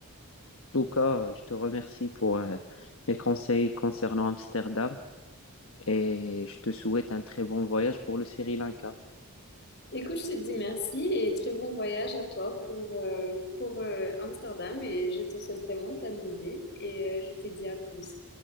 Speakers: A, on the left (about 65°); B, on the left (about 50°).
A: tout cas, euh, je te remercie pour euh, les conseils concernant Amsterdam et je te souhaite un très bon voyage pour le Sri Lanka.
B: Écoute, je te dis merci et très bon voyage à toi pour, euh, pour euh, Amsterdam et je te souhaite vraiment de t'amuser et euh, je te dis à plus.